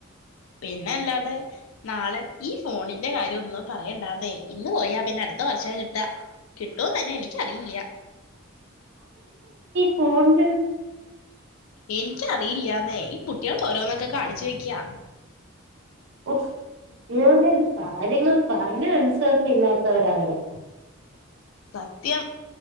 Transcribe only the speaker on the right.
ഫോണ്ട്
ഒഫ് കുട്ടികളുടെ ഒരു കാര്യങ്ങൾ പറഞ്ഞ അനുസരണം ഇല്ലാത്തവരാ അവര്